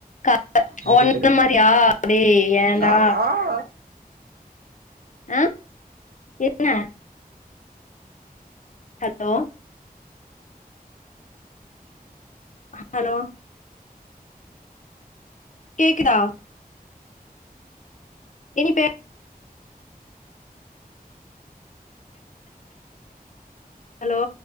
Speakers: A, on the left; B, on the right.
A: க-
B: எனக்கேத்
A: உன்ன
B: தெரியு
A: மாதிரியா டேய் ஏன்டா
B: ஆ ஆ ஆ
A: அ என்ன ஹலோ ஹலோ கேக்குதா இனிபே ஹலோ